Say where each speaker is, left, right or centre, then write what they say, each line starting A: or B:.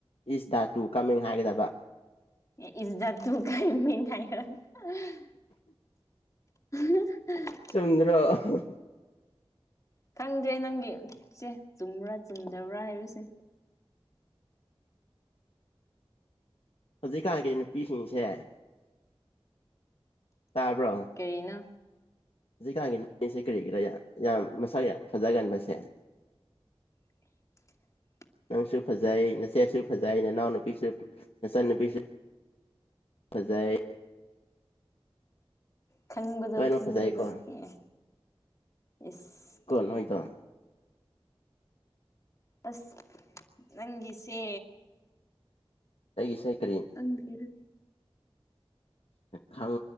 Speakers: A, on the left; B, on the left.
A: ꯏꯁ ꯗ ꯇꯨ ꯀꯃꯤꯡ ꯍꯥꯏꯒꯗꯕ꯫
B: <unintelligible> ꯑꯍꯪ ꯑꯍꯪ <inaudible>
A: ꯆꯨꯟꯗ꯭ꯔꯣ ꯑꯍꯥꯍꯥ
B: ꯈꯪꯗ꯭ꯔꯦ ꯅꯪꯒꯤ ꯆꯦ ꯆꯨꯝꯕ꯭ꯔꯥ ꯆꯨꯝꯗꯕ꯭ꯔꯥ ꯍꯥꯏꯕꯁꯦ꯫
A: ꯍꯧꯖꯤꯛꯀꯥꯟꯒꯤ ꯅꯨꯄꯤꯁꯤꯡꯁꯦ꯫ ꯇꯥꯕ꯭ꯔꯣ꯫
B: ꯀꯩꯅꯣ꯫
A: ꯍꯧꯖꯤꯛꯀꯥꯟꯒꯤ ꯅꯨꯄꯤꯁꯦ ꯀꯔꯤꯒꯤꯔꯥ ꯌꯥꯝ ꯌꯥꯝ ꯃꯁꯥꯛ ꯌꯥꯝ ꯐꯖꯒꯟꯕꯁꯦ꯫
B: <unintelligible>
A: ꯅꯪꯁꯨ ꯐꯖꯩ ꯅꯆꯦꯁꯨ ꯐꯖꯩ ꯅꯅꯥꯎ ꯅꯨꯨꯄꯤꯁꯨ ꯅꯆꯥꯟꯅꯨꯄꯤꯁꯨ꯫ ꯐꯖꯩ
B: ꯈꯪꯕꯗꯣ
A: ꯂꯣꯏꯅꯃꯛ
B: ꯈꯪꯕꯗꯣ
A: ꯐꯖꯩꯀꯣ
B: ꯑꯦ ꯏꯁ꯫
A: ꯅꯣꯏꯗ꯫
B: ꯑꯁ ꯅꯪꯒꯤꯁꯦ
A: ꯑꯩꯒꯤ ꯁꯦ ꯀꯔꯤ
B: ꯈꯪꯗꯦꯗ꯫
A: ꯈꯪ